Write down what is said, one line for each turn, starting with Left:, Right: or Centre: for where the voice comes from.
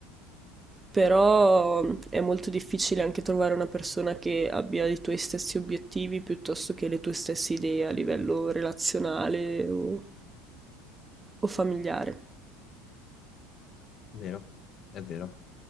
Right: Però è molto difficile anche trovare una persona che abbia i tuoi stessi obiettivi piuttosto che le tue stesse idee a livello relazionale o, o familiare.
Left: vero? È vero.